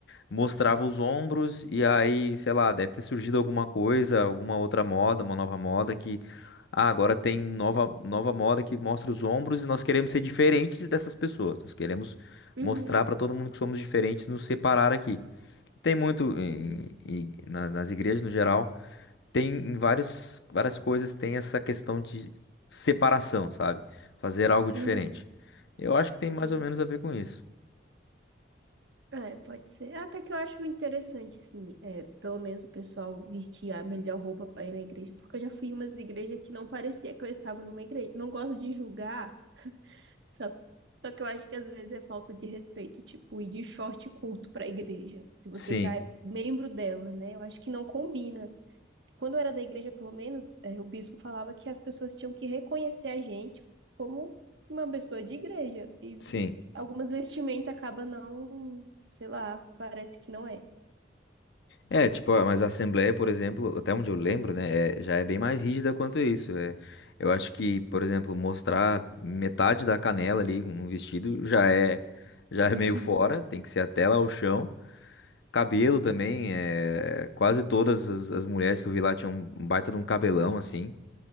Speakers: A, on the left; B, on the right.
A: mostrava os ombros e aí, sei lá, deve ter surgido alguma coisa, alguma outra moda, uma nova moda que ah, agora tem nova nova moda que mostra os ombros e nós queremos ser diferentes dessas pessoas. Nós queremos
B: Uhum,
A: mostrar para todo mundo que somos diferentes, nos separar aqui. Tem muito em- em- na- nas igrejas no geral, tem em vários várias coisas tem essa questão de separação, sabe? Fazer algo diferente.
B: uhum,
A: Eu acho que tem
B: sim.
A: mais ou menos a ver com isso.
B: É, pode ser. Até que eu acho interessante, assim, é, pelo menos o pessoal vestir a melhor roupa para ir na igreja, porque eu já fui em umas igrejas que não parecia que eu estava numa igreja. Não gosto de julgar, só, só que eu acho que às vezes é falta de respeito, tipo, ir de short curto para a igreja, se você
A: Sim,
B: já é membro dela, né? Eu acho que não combina quando eu era da igreja, pelo menos, é, o bispo falava que as pessoas tinham que reconhecer a gente como uma pessoa de igreja. E
A: sim.
B: algumas vestimenta acaba não, sei lá, parece que não é.
A: É, tipo, ah, mas a Assembleia, por exemplo, até onde eu lembro, né, é- já é bem mais rígida quanto isso. É, eu acho que, por exemplo, mostrar metade da canela ali no vestido já é, já é
B: <laughs>
A: meio fora, tem que ser até lá o chão. Cabelo também, é, quase todas as, as mulheres que eu vi lá tinham um baita de um cabelão, assim.